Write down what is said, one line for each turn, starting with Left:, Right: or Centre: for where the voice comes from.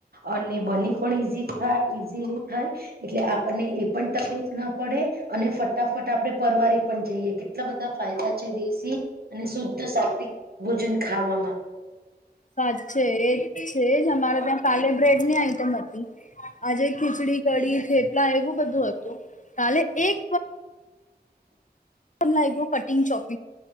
Right: અને બની પણ ઈઝી થાય. ઈઝીલી થાય, એટલે આપણને એ પણ તકલીફ ના પડે, અને ફટાફટ આપડણે પરવારી પણ જઈએ કે એટલા બધા ફાયદા છે દેશી અને શુદ્ધ સાત્વિક ભોજન ખાવામાં.
Left: સાચ છેે એજ છે જ અમારે ત્યાં સાલેબ્રેટ બ આઈટમ હતી, આજે ખીચડી ગડી થેપલા એવું બધું હતું, કાલે એક તમું કટિંગ ચોક